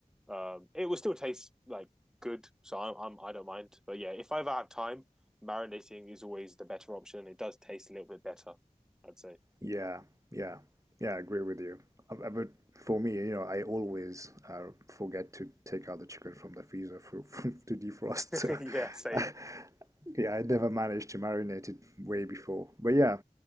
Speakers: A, in the centre; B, on the right (about 25°).
A: um, it will still taste like good. So I'm, I'm I don't mind. But yeah, if I ever have time, marinating is always the better option. It does taste a little bit better, I'd say.
B: Yeah, yeah, yeah, I agree with you. Uh, uh, But for me, you know, I always uh, forget to take out the chicken from the freezer for, <laughs> to defrost.
A: <laughs>
B: So,
A: Yeah, same.
B: <laughs> yeah, I never managed to marinate it way before. But yeah,